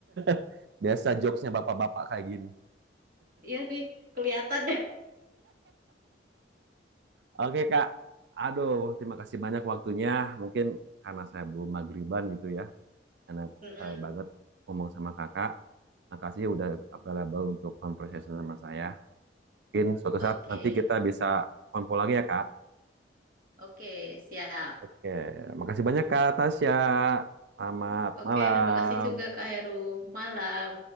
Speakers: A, on the right; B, on the right.
A: <laughs> Biasa jokesnya bapak-bapak kayak gini.
B: Iya nih, kelihatan <laughs> deh.
A: Oke kak, aduh terima kasih banyak waktunya. Mungkin karena saya belum magriban gitu ya, enak
B: Mm-mm.
A: eh, banget ngomong sama kakak. Makasih udah available untuk conversation sama saya. Mungkin suatu
B: Oke,
A: saat nanti kita bisa konvo lagi ya kak.
B: Oke, siap.
A: Oke, makasih banyak kak Tasya. Selamat
B: Oke,
A: malam.
B: terima kasih juga Kak Heru. Malam.